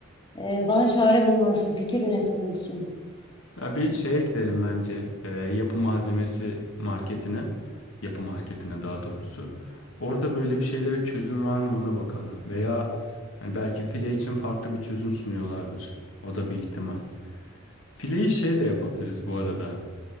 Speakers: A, on the left (about 25°); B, on the left (about 80°).
A: Ee, bana çare bulmalısın, fikir üretmelisin.
B: Ya bir şeye gidelim bence. Ee, yapı malzemesi marketine. Yapı marketine daha doğrusu. Orada böyle bir şeylere çözüm var mı ona bakalım. Veya hani belki file için farklı bir çözüm sunuyorlardır. O da bir ihtimal. Fileyi şey de yapabiliriz bu arada.